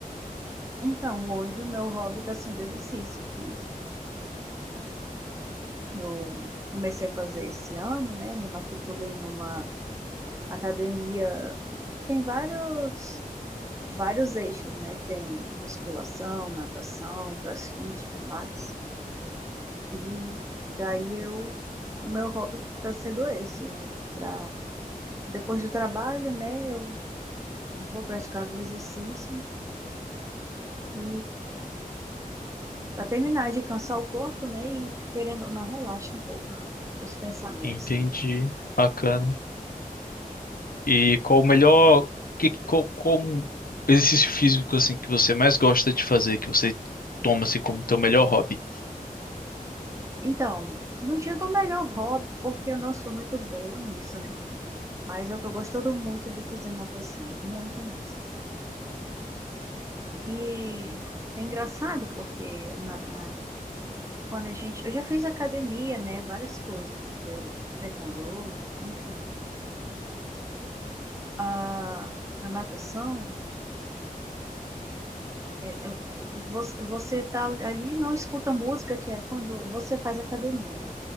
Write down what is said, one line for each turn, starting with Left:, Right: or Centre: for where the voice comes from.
Right: Então, hoje o meu hobby está sendo exercício físico. Eu comecei a fazer esse ano, né? Me matriculei numa academia que tem vários vários eixos, né? Tem musculação, natação, crossfit, pilates. E daí eu, meu hobby está sendo esse, né? Pra, depois do trabalho, né? Eu vou praticar algum exercício e para terminar de cansar o corpo, né? E querendo ou não, relaxa um pouco ah, os pensamentos,
Left: Entendi.
Right: né?
Left: Bacana. E qual o melhor, que, qual, qual um exercício físico assim que você mais gosta de fazer, que você toma assim como teu melhor hobby?
Right: Então, não digo o melhor hobby, porque eu não sou muito boa nisso, né? Mas eu tô gostando muito de fazer natação, muito mesmo. E é engraçado porque na- ah, quando a gente. Eu já fiz academia, né? Várias coisas, eh, taekwondo, enfim. A, a natação, eh, você, você tá ali e não escuta música, que é quando você faz academia, né?